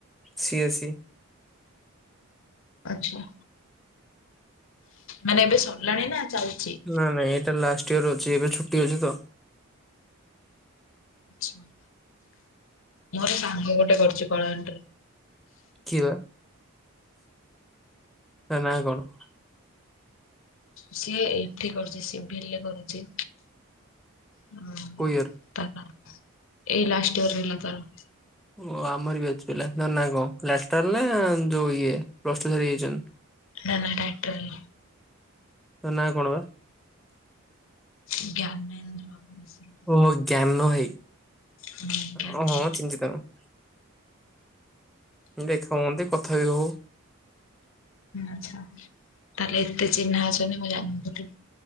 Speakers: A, in the centre; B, on the left.
A: C A C.
B: ଆଚ୍ଛା। ମାନେ ଏବେ ସରିଲାଣି ନା ଚାଲିଚି?
A: ନାଁ ନାଁ ଏଇଟା ଲାଷ୍ଟ ଇୟର ଅଛି ଏବେ ଛୁଟି ଅଛି ତ।
B: ଆଚ୍ଛା। ମୋର ସାଙ୍ଗ ଗୋଟେ କରିୁଚି କଳାହାଣ୍ଡିରେ।
A: କିଏ ବା ତା ନା କଣ?
B: ସିଏ ଏଠି କରୁଚି ସିଭିଲି ରେ କରୁଚି ହୁଁ
A: କୋଉ ଇୟର?
B: ତାର ଏଇ ଲାଷ୍ଟ ଇୟର ହେଲା ତାର।
A: ଓ ଆମରି ବ୍ୟାଚ୍ ପିଲା ତା ନା କଣ ଲାସ୍ତାର ନାଁ ଯୋଉ ଇଏ ପ୍ଲସ୍ଟୁ ସରିକି ଯାଇଚନ୍ତି।
B: ନାଁ ନାଁ ଟାଇଟଲ୍।
A: ତା ନାଁ କଣ ବା?
B: ଜ୍ଞାନେନ୍ଦ୍ର ନିଶ୍ଚୟ।
A: ଓହୋ ଜ୍ଞାନ ଭାଇ
B: ହୁଁ, ଜ୍ଞାନେନ୍ଦ୍ର।
A: ହଁ ହଁ ଚି‌ହ୍ନିଚି ତାଙ୍କୁ। ଦେଖା ହୁଅନ୍ତି କଥା ବି ହଉ।
B: ଆଚ୍ଛା ତାହେଲେ ଏତେ ଚିହ୍ନା ଅଛନ୍ତି ମୁଁ ଜାଣିିନଥିଲି।